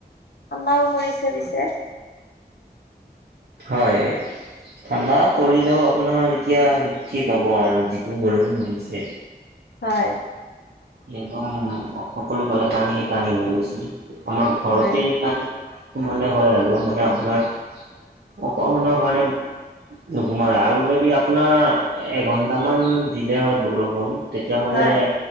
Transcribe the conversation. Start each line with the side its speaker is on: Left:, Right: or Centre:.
Left: ঠাণ্ডাও পৰিছে পিছে।
Right: হয়। ঠাণ্ডা কৰিলেও আপোনাৰ এতিয়া কি ক'ব আৰু যিটো বৰষুণ দিছে।
Left: হয়।
Right: একদম সকলো ফালে পানী পানী হৈ গৈছিল আমাৰ ঘৰতেই
Left: হয়
Right: পানী সোমালে হয় আৰু মানে আপোনাৰ অকমানৰ কাৰণে নোসোমালে আৰু যদি আপোনাৰ এঘন্টা মান দিলে হয় বৰষুণ। তেতিয়াহ'লে
Left: হয়